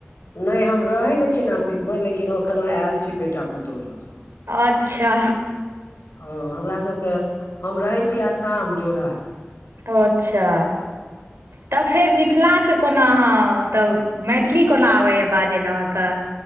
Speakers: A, on the left; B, on the right.
A: नहि हम रहै नहि छी नासिक मे लेकिन हम एखनहु आयल छी बेटा पुतहु लग
B: अच्छा
A: हँ हमरा सब के हम रहै छी आसाम जोरहाट
B: अच्छा तब फेर मिथिला सँ कोना अहाँ मतलब मैथिली कोना आबैए बाजय लए अहाँके